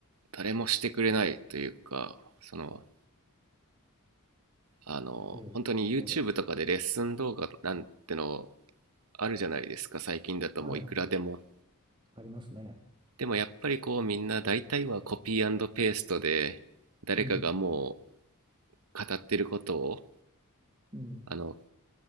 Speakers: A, on the right; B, on the right.
A: 誰もしてくれないというか、その、あの、
B: ええそうです。
A: 本当に YouTube とかでレッスン動画なんてのあるじゃないですか、最近だともういくらでも。
B: はい。ありますね。
A: でもやっぱりこうみんな大体はコピーペーストで誰かがも
B: うん。
A: う語ってることを
B: うん。
A: あの